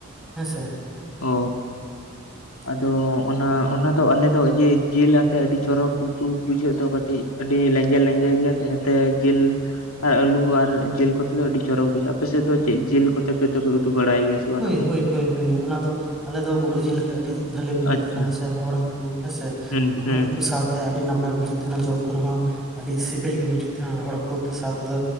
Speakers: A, in the centre; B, on the left.
A: ᱦᱮᱸ ᱥᱮ
B: ᱚᱻ
A: <unintelligible>
B: ᱟᱫᱚ ᱚᱱᱟ ᱚᱱᱟ ᱫᱚ ᱟᱞᱮᱫᱚ ᱤᱭᱟᱹ ᱡᱤᱞ ᱟᱛᱮ ᱟᱹᱰᱤ ᱪᱚᱨᱚᱠ ᱩᱛᱩ ᱵᱩᱡᱷᱟᱹᱜ ᱫᱚ ᱠᱟᱹᱴᱤᱡ ᱟᱹᱰᱤ ᱞᱮᱸᱡᱮᱨ ᱞᱮᱸᱡᱮᱨ ᱜᱮᱭᱟ ᱛᱚ ᱤᱱᱟᱹᱛᱮ ᱡᱤᱞ ᱟᱨ ᱟᱞᱩ ᱟᱨ ᱡᱮᱞ ᱠᱚᱛᱮ ᱫᱚ ᱟᱹᱰᱤ ᱪᱚᱨᱚᱠ ᱵᱩᱡᱷᱟᱹᱜᱼᱟ ᱟᱯᱮ ᱥᱮᱫ ᱫᱚ ᱪᱮᱫ ᱡᱮᱞ ᱠᱚᱛᱮ ᱯᱮ ᱩᱛᱜ ᱵᱟᱲᱟᱭ ᱜᱮᱭᱟ? ᱵᱟᱝ
A: ᱦᱳᱭ ᱦᱳᱭ ᱦᱳᱭ ᱚᱱᱟ ᱫᱚ ᱟᱞᱮ ᱫᱚ ᱜᱩᱰᱩ ᱡᱤᱞ ᱟᱮᱛ ᱟᱹᱰᱤ ᱵᱷᱟᱞᱤ ᱵᱩᱡᱩᱜ
B: ᱟᱪᱪᱷᱟ,
A: ᱛᱟᱦᱮᱱᱟ᱾ ᱨᱚᱦᱚᱲ ᱦᱟᱠᱩ ᱦᱮᱸᱥᱮ
B: ᱦᱩᱸ
A: ᱨᱚᱦᱚᱲ
B: ᱦᱩᱸ
A: ᱦᱟᱠᱩ ᱥᱟᱶ ᱛᱮ ᱟᱹᱰᱤ ᱱᱟᱯᱟᱭ ᱵᱩᱡᱟᱹᱜ ᱛᱟᱦᱮᱸᱱᱟ ᱡᱚᱢ ᱠᱚᱨᱮ ᱦᱚᱸ ᱟᱹᱰᱤ ᱥᱮᱵᱮᱞ ᱜᱮ ᱵᱩᱡᱩᱜ <unintelligible> ᱦᱚᱲ ᱠᱚ ᱥᱟᱶ ᱛᱮᱫᱚ